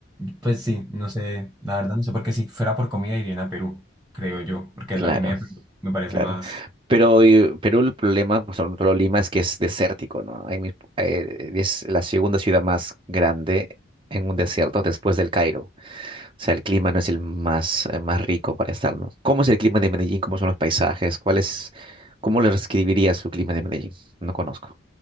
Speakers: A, in the centre; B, on the right.
A: pues sí, no sé, la verdad no sé, porque si fuera por comida irían a Perú, creo yo, porque
B: Claro,
A: la comida de Perú me parece
B: claro.
A: más
B: Pero eh, Perú, el problema, pues sobre todo Lima, es que es desértico, ¿no? Hay mis- eh, es la segunda ciudad más grande en un desierto después del Cairo. O sea, el clima no es el más, eh, más rico para estar, ¿no? ¿Cómo es el clima de Medellín? ¿Cómo son los paisajes? ¿Cuál es, cómo le describirías su clima de Medellín? No conozco.